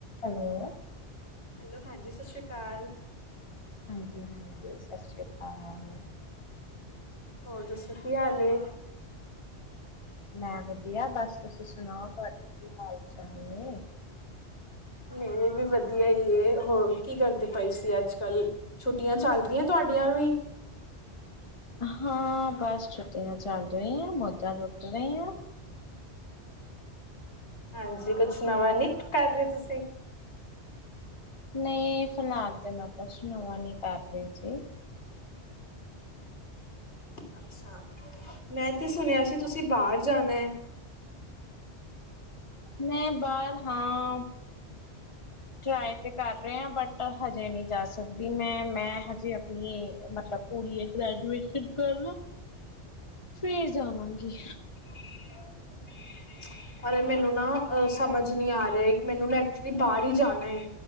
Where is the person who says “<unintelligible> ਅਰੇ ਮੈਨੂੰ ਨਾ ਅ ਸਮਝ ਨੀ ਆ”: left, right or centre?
Left